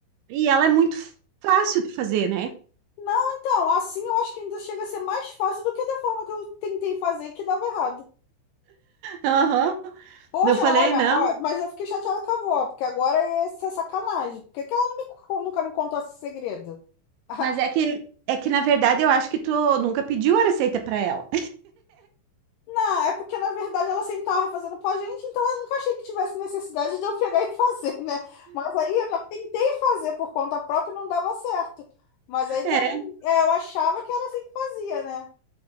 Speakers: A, on the right; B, on the left.
A: E ela é muito fácil de fazer, né?
B: Não, então, assim eu acho que ainda chega a ser mais fácil do que da forma que eu tentei fazer que dava errado.
A: Aham.
B: Poxa,
A: Eu falei,
B: olha,
A: não,
B: ó, mas eu fiquei chateada com a avó, porque agora essa é sacanagem. Por que que ela não me co- nunca me contou esse segredo? <laughs>
A: mas é que é que na verdade eu acho que tu nunca pediu a receita para ela.
B: Não, é porque na verdade ela sempre estava fazendo pra gente, então eu nunca achei que tivesse necessidade de eu pegar e <laughs> fazer, né? Mas aí eu já tentei fazer por conta própria e não dava certo. Mas
A: <laughs>
B: aí também é, eu achava que ela sempre fazia, né?